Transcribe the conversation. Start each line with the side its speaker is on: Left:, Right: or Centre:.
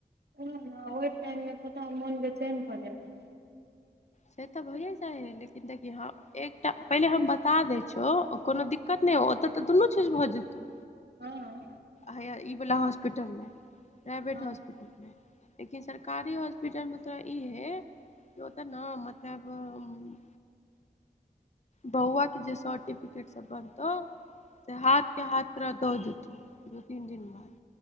Right: ओहै न ओय टाइम में पता मोन बेचैन भऽ जाइ है।
Left: से तऽ भइए जाइ हइ लेकिन देखियौ ह एक टा पहिले हम बता दै छौ कोनो दिक्कत नै औ ओतऽ तऽ दुनू चीज भऽ जेतौ।
Right: हँ।
Left: हया ईवला हॉस्पिटल में प्राइवेट
Right: हूँ
Left: हॉस्पिटल में। लेकिन सरकारी हॉस्पिटलमे तोरा इहए की ओतऽ न मतलब मम्म बौआ के जे सर्टिफिकेट सब बनतौ से हाथ के हाथ तोरा दऽ देतौ दू-तीन दिन बाद।